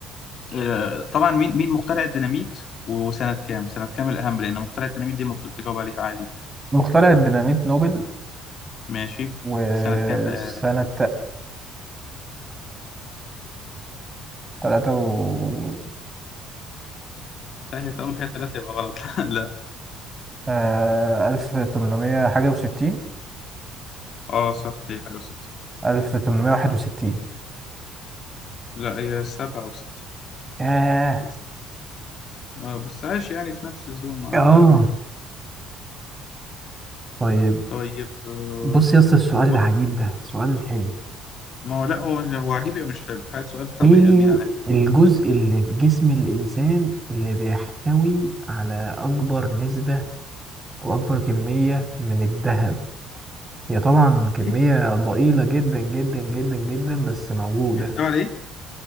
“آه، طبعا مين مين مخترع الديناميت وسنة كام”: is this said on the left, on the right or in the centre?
Left